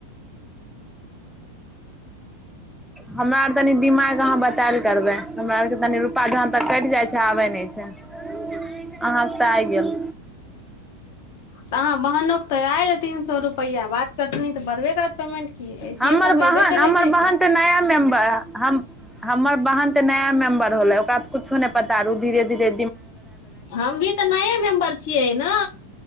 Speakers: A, in the centre; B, on the left (about 55°).
A: हमरा आर तनी दिमाग अहाँ बताल करबै हमरा आर केनी रुपा जहाँ तक कटि जाइ छै आबे नहि छै छै अहाँके तऽ आइ गेल
B: अहाँ बहनो तऽ आयल तीन सए रुपआ बात करथि तऽ बढ़बे करत पेमेंट की ऐसिये
A: हमर
B: सब के
A: बहन
B: एबे करै
A: हमर
B: छै की
A: बहन तऽ नया मेम्बर हम हमर बहन त नया मेंबर होलै ओकरा त कुछो नहि पता ओ धीरे धीेरे
B: हम भी तऽ नए मेंबर छियै ने